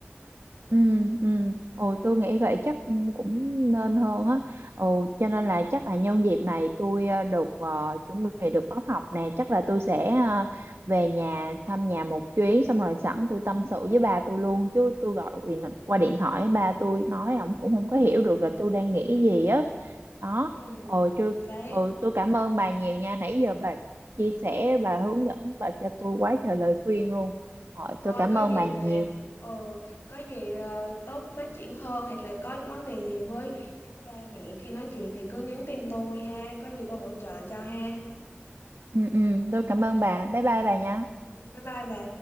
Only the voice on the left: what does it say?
ừ,
ừ, đấy
thôi
có gì
mà
ừ, có gì ờ, tốt phát triển hơn hoặc là có những vấn đề gì với ba mẹ khi nói chuyện thì cứ nhắn tin tôi ha có gì tôi hỗ trợ cho ha
ừ,
bye bye bà